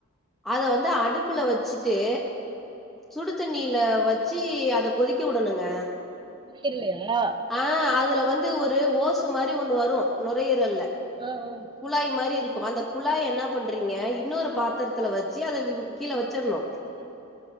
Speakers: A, in the centre; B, on the right.
A: அத வந்து அடுப்புல வச்சு ட்டு சுடு தண்ணீல வச்சு அத கொதிக்க வுடணுங்க
B: இல்ல இல்லலா
A: ஆ அதுல வந்து ஒரு ஓசு மாரி ஒண்ணு வரு நொரையீரல்ல
B: ம் ம்
A: குழாயி மாரி இருக்கு அந்த குழாய என்ன பண்றீங்க இன்னொரு பாத்திரத்துல வெச்சு அத கீழ வெச்சிரணு
B: ம்